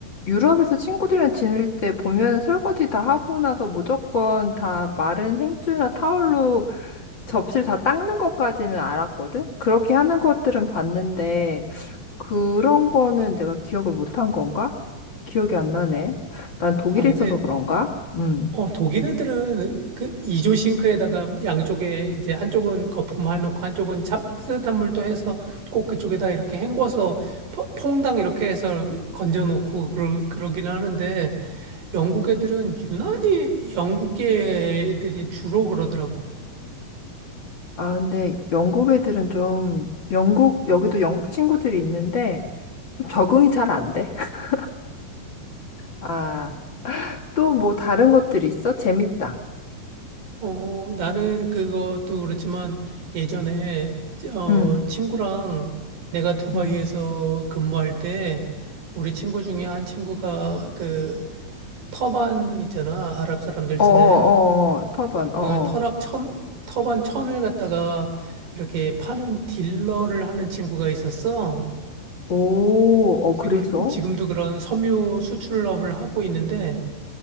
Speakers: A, on the left; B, on the right.
A: 유럽에서 친구들이랑 지낼 때 보면 설거지 다 하고 나서 무조건 다 마른 행주나 타월로 접시를 다 닦는 것까지는 알았거든? 그렇게 하는 것들은 봤는데, 그런 거는 내가 기억을 못 한 건가? 기억이 안 나네. 난 독일에
B: 아, 근데
A: 있어서 그런가? 음.
B: 어, 독일 애들은 그 이조 싱크에다가 양쪽에 이제 한쪽은 거품 해 놓고 한쪽은 따뜻한 물도 해서 꼭 그쪽에다 이렇게 헹궈서 포- 퐁당 이렇게 해서 건져 놓고 그러, 그러긴 하는데 영국 애들은 유난히 영국계 애들이 주로 그러더라고.
A: 아, 근데 영국 애들은 좀, 영국, 여기도 영국 친구들이 있는데, 좀 적응이 잘 안 돼. <laughs> 아. 또 뭐 다른 것들이 있어? 재밌다.
B: 어, 나는 그것도 그렇지만 예전에 어,
A: 응,
B: 친구랑 내가 두바이에서
A: 응,
B: 근무할 때 우리 친구 중에 한 친구가 그 터반 있잖아. 아랍 사람들
A: 어어어,
B: 쓰는
A: 터번,
B: 그
A: 어어.
B: 터랍 천, 터반 천을 갖다가 이렇게 파는 딜러를 하는 친구가 있었어.
A: 오, 어,
B: 지금,
A: 그래서?
B: 지금도 그런 섬유 수출업을 하고 있는데,